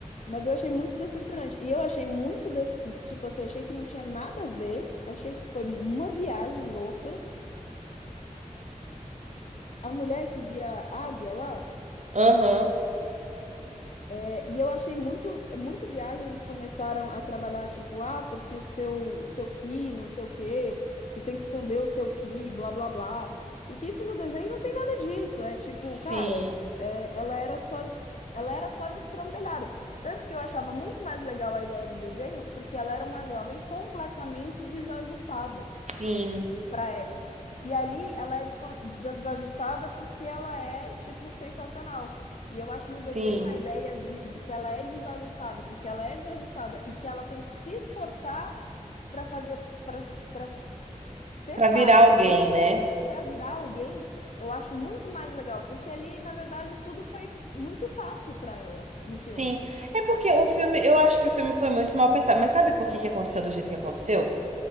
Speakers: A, on the left (about 60°); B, on the right (about 60°).
A: Mas eu achei muito decepcionante. E eu achei muito, des- tipo assim, achei que não tinha nada a ver. Achei que foi uma viagem louca. A mulher que vira águia lá.
B: Aham.
A: É, e eu achei muito, é muito viagem, eles começaram a trabalhar, tipo, ah, porque o seu, o seu ki, não sei o quê, você tem que esconder o seu ki, blá, blá, blá. Porque isso no desenho não tem nada disso, é tipo,
B: Sim.
A: cara, é, ela era só, ela era só destrambelhada. Tanto que eu achava muito mais legal a ideia do desenho, porque ela era uma jovem completamente desajustada
B: Sim.
A: pra época. E ali ela é descon- desajustada porque ela é, tipo, sensacional. E eu acho
B: Sim.
A: no desenho a ideia de, de que ela é desajustada, porque ela é desajustada e que ela tem que se esforçar para fazer, para para ser
B: Pra virar
A: parte
B: alguém,
A: e
B: né?
A: para virar alguém, eu acho muito mais legal, porque ali, na verdade, tudo foi muito fácil para ela no filme.
B: Sim. É porque o filme, eu acho que o filme foi muito mal pensado. Mas sabe por que que aconteceu do jeito que aconteceu?